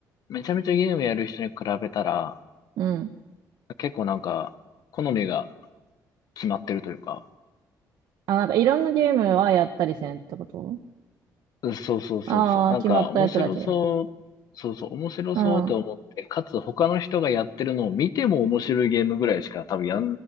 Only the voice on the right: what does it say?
うん。
あ、なんかいろんなゲームはやったりせんってこと
ああー、
決まったやつだけ。
うん。